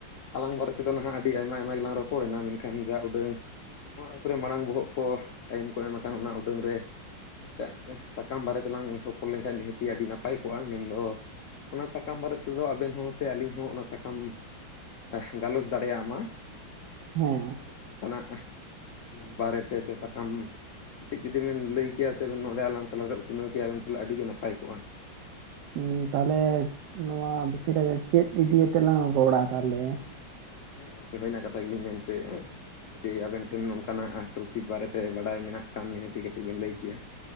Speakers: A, on the left (about 80°); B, on the right (about 70°).
A: ᱟᱞᱟᱝ ᱵᱟᱨᱮ ᱛᱮᱫᱚ ᱱᱷᱟᱜ ᱟᱹᱰᱤ ᱟᱭᱢᱟ ᱟᱭᱢᱟ ᱜᱮᱞᱟᱝ ᱨᱚᱯᱚᱲᱮᱱᱟ, ᱢᱮᱱᱠᱷᱟᱱ ᱡᱟ ᱩᱰᱟᱹᱝᱼᱼ ᱱᱚᱣᱟ ᱮᱯᱚᱨᱮ ᱢᱟᱲᱟᱝ ᱵᱚᱦᱚᱜ ᱠᱚ ᱴᱟᱭᱤᱢ ᱠᱚ ᱮᱢ ᱟᱠᱟᱱ ᱚᱱᱟ ᱩᱰᱟᱹᱝ ᱨᱮᱼᱼ ᱢᱤᱫᱴᱮᱡ ᱥᱟᱠᱟᱢ ᱵᱟᱨᱮ ᱛᱮᱞᱟᱝ ᱨᱚᱯᱚᱲ ᱞᱮᱱᱠᱷᱟᱱ ᱱᱤᱦᱟᱹᱛᱤ ᱟᱹᱰᱤ ᱱᱟᱯᱟᱭ ᱠᱚᱜ-ᱟ, ᱢᱮᱱᱫᱚᱼᱼ ᱚᱱᱟ ᱥᱟᱠᱟᱢ ᱵᱟᱨᱮ ᱛᱮᱫᱚ ᱟᱵᱮᱱ ᱦᱚᱸ ᱥᱮ ᱟᱹᱞᱤᱧ ᱦᱚᱸ ᱚᱱᱟ ᱥᱟᱠᱟᱢᱼᱼ ᱟᱦ ᱜᱟᱞᱚᱪ ᱫᱟᱲᱮᱭᱟᱜ-ᱢᱟ᱾
B: ᱦᱮᱸ
A: ᱮᱸ ᱚᱱᱠᱟᱱᱟᱜ ᱵᱟᱨᱮᱛᱮ ᱥᱮ ᱥᱟᱠᱟᱢᱼᱼ ᱠᱟᱹᱴᱤᱡ ᱡᱩᱫᱤ ᱵᱮᱱ ᱞᱟᱹᱭ ᱠᱮᱭᱟ ᱥᱮ ᱵᱤᱱ ᱱᱚᱸᱰᱮ ᱟᱞᱟᱝ ᱛᱟᱞᱟᱨᱮ ᱩᱛᱱᱟᱹᱣ ᱠᱮᱭᱟ ᱵᱤᱱ ᱛᱟᱦᱚᱞᱮ ᱟᱹᱰᱤ ᱜᱮ ᱱᱟᱯᱟᱭ ᱠᱚᱜ-ᱟ᱾
B: ᱩᱸ ᱛᱟᱦᱚᱞᱮ ᱱᱚᱣᱟ ᱵᱷᱤᱛᱨᱤ ᱨᱮᱫᱚ ᱪᱮᱫ ᱤᱫᱤ ᱟᱛᱮᱞᱟᱝ ᱨᱚᱲᱟ ᱛᱟᱞᱦᱮᱼᱼ
A: ᱦᱮᱸ ᱜᱚᱝᱠᱮ ᱦᱩᱭ ᱮᱱᱟ ᱠᱟᱛᱷᱟ ᱜᱮᱞᱤᱧ ᱢᱮᱱ ᱦᱚᱪᱚᱭᱮᱫ-ᱟ᱾ ᱡᱩᱫᱤ ᱟᱵᱮᱱ ᱴᱷᱮᱱ ᱱᱚᱝᱠᱟᱱᱟᱜ ᱴᱨᱚᱯᱤᱠ ᱵᱟᱨᱮᱛᱮ ᱵᱟᱰᱟᱭ ᱢᱮᱱᱟᱜ ᱠᱷᱟᱱ ᱱᱤᱦᱟᱹᱛᱤ ᱠᱟᱹᱴᱤᱡ ᱵᱤᱱ ᱞᱟᱹᱭ ᱠᱮᱭᱟ᱾